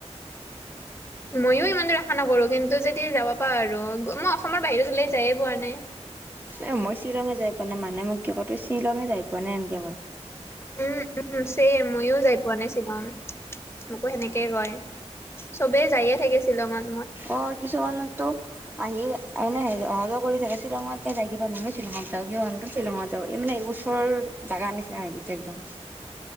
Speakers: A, on the left; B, on the right.
A: ময়ো ইমান দূৰ আশা নকৰো কিন্তু যদি যাব পাৱ আৰু মই অসমৰ বাহিৰত ওলাই যায়ে পোৱা নাই।
B: এ মই শ্বিলঙে যাই পোৱা নাই মানে মোক কি কয় তই শ্বিলঙে যাই পোৱা নাই এনেকে কয়।
A: উমঁ উমঁ ছেম ময়ো যাই পোৱা নাই শ্বিলং মোকো সেনেকেই কয়। চবে যায়ে থাকে শ্বিলংত।
B: অঁ কিছুমানৰ তু আহি এনে অহা যোৱা কৰি থাকে শ্বিলঙত যাই কিবা মই শ্বিলঙত যাওঁ কিবা শিলঙত যাও মানে নিজৰ জাগা নিচিনা হৈ গিছে একদম।